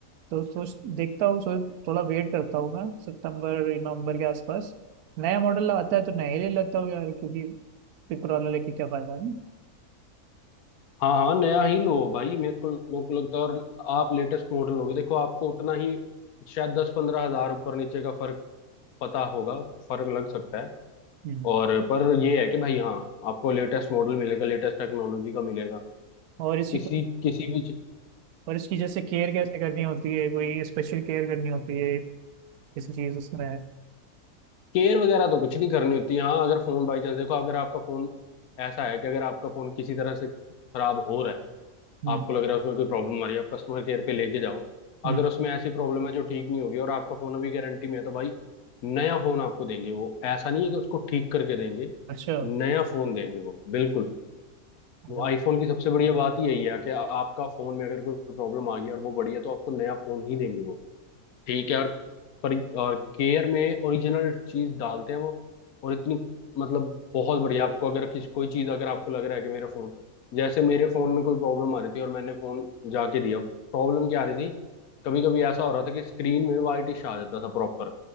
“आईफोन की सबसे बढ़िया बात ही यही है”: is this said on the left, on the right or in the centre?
Left